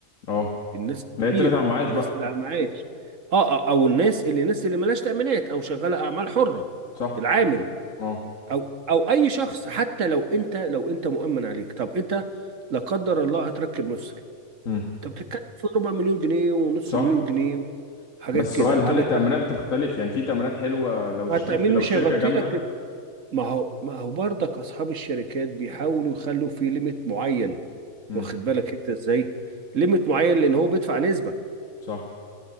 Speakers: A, on the left; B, on the right.
A: اه
B: الناس
A: لا
B: الكبيرة
A: هي طلعت على المعاش
B: الناس
A: بقى
B: اللي على المعاش اه آه، او الناس اللي الناس اللي مالهاش تأمينات او شغالة اعمال حرة
A: صح
B: العامل
A: اه
B: او او اي شخص حتى لو انت لو انت مؤمن عليك طب انت لا قدر الله هتركب مفصل
A: امم
B: طب بتتكلم في ربع مليون جنيه ونص
A: صح
B: مليون جنيه حاجات
A: بس
B: كده
A: سؤال
B: طب
A: هل التأمينات
B: التأمين
A: بتختلف يعني في تأمينات حلوة لو الشركة
B: التأمين
A: لو
B: مش
A: الشركة
B: هيغطي
A: جامدة
B: لك ما هو ما هو برضك اصحاب الشركات بيحاولوا يخلوا فيه ليميت معين
A: امم
B: واخد بالك انت ازاي ليميت معين لان هو بيدفع نسبة
A: صح